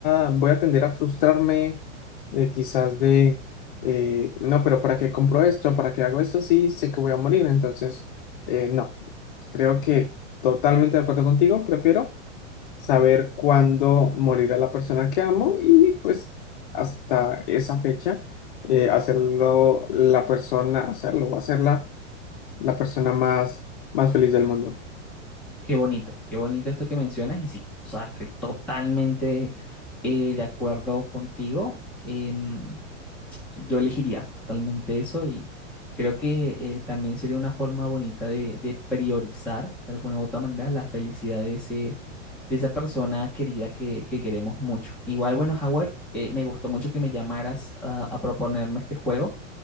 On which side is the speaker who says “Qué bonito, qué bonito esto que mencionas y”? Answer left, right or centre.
Centre